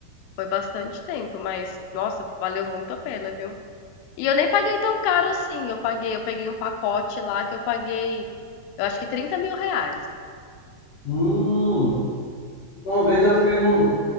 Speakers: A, on the left; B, on the left.
A: Foi bastante tempo, mas nossa, valeu muito a pena, viu? E eu nem paguei tão caro assim. Eu paguei, eu peguei um pacote lá que eu paguei, eu acho que trinta mil reais.
B: Hum, uma vez eu fiz um,